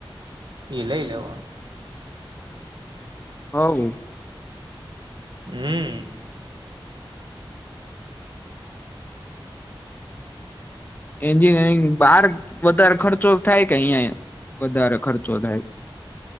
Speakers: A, on the right; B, on the left.
A: એ લઈ લેવાનું
B: હા
A: હમ
B: એન્જિનિયરિંગ બહાર વધારે ખર્ચો થાય કે અહિયાં વધારે ખર્ચો થાય